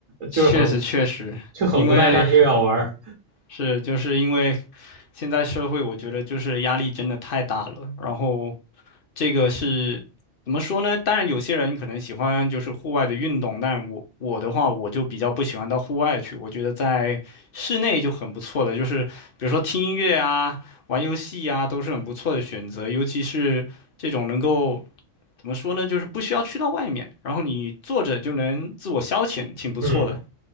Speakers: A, on the right (about 85°); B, on the left (about 45°).
A: 就是很
B: 确实确实，
A: 就很无奈，
B: 因为
A: 但是又要玩儿。
B: 是就是因为现在社会，我觉得就是压力真的太大了，然后这个是怎么说呢？当然，有些人可能喜欢就是户外的运动，但我我的话，我就比较不喜欢到户外去。我觉得在室内就很不错了，就是比如说听音乐啊、玩游戏啊，都是很不错的选择。尤其是这种能够怎么说呢，就是不需要去到外面，然后你坐着就能自我消遣，挺不错的。
A: 嗯，